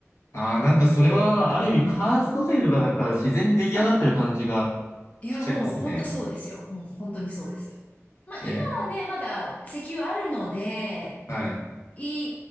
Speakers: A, on the left; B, on the left.
A: ああ、なんかそれは、
B: うん。
A: ある意味、
B: うん
A: カースト制度がなんか自然に出来上がってる感じが
B: あ、いや、
A: しちゃいますね。
B: もう本当そうですよ。もう本当にそうです。まあ、
A: えー
B: 今はね、まだ石油あるので、
A: はい。
B: い